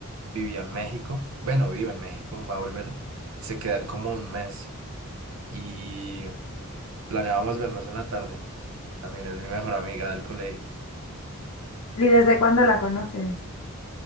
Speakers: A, on the right (about 65°); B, on the left (about 65°).
A: vivía en México, bueno, vive en México, va a volver, se queda como un mes y planeábamos vernos en la tarde, también es mi mejor amiga del colegio.
B: ¿Y desde cuándo la conoces?